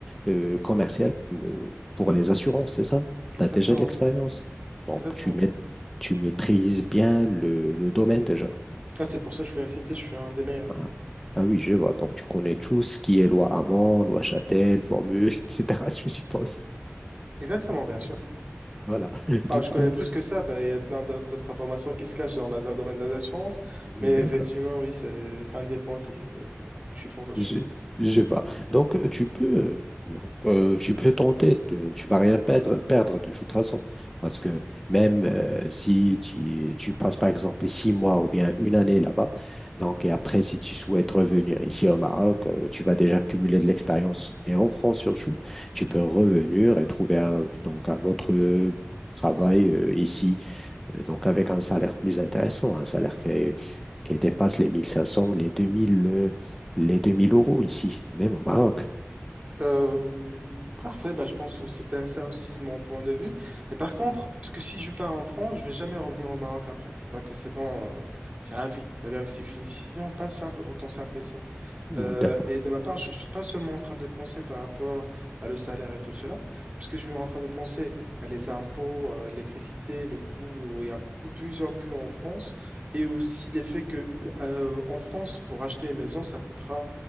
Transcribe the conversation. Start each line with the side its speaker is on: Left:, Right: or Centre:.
Centre: euh, commercial, euh, pour les assurances, c'est ça?
Right: Exactement,
Centre: Tu as déjà de l'expérience. Donc,
Right: exactement.
Centre: tu mets tu maîtrises bien le, le domaine déjà.
Right: Ah, c'est pour ça que je suis accepté, je suis un des meilleurs.
Centre: Ah. Ah oui, je vois. Donc, tu connais tout ce qui est loi Hamon, loi Châtel, formule, <laughs> etc., je suppose.
Right: Exactement, bien sûr.
Centre: Voilà.
Right: Bah,
Centre: Du
Right: je
Centre: coup,
Right: connais plus que ça, bah, il y a plein d'av- d'autres informations qui se cachent dans le domaine des assurances,
Centre: d'accord.
Right: mais effectivement, oui, c'est un des points que je, je suis fort dessus.
Centre: Je, je vais. Donc, euh, tu peux, euh, tu peux tenter, te- tu vas rien perdre, perdre de toute façon. Parce que même euh, si tu, tu passes, par exemple, six mois ou bien une année là-bas, donc, et après, si tu souhaites revenir ici au Maroc, euh, tu vas déjà cumuler de l'expérience. Et en France surtout, tu peux revenir et trouver un, donc, un autre euh, travail euh, ici euh, Donc, avec un salaire plus intéressant, un salaire qui, qui dépasse les 1500, les 2000, euh, les 2000 euros ici, même au Maroc.
Right: Euh, parfait, bah, je pense que c'était ça aussi mon point de vue. Et par contre, parce que si je pars en France, je vais jamais revenir au Maroc après. C'est-à-dire que c'est bon, euh, c'est à vie. C'est-à-dire que si j'ai une décision, pas simple, autant simple que ça.
Centre: Mm,
Right: Euh,
Centre: D'accord.
Right: et de ma part, je ne suis pas seulement en train de penser par rapport à le salaire et tout cela, puisque je suis en train de penser à les impôts, euh, l'électricité, le coût, euh, il y a pl- plusieurs coûts en France, et aussi l'effet que euh, en France, pour acheter une maison, ça coûtera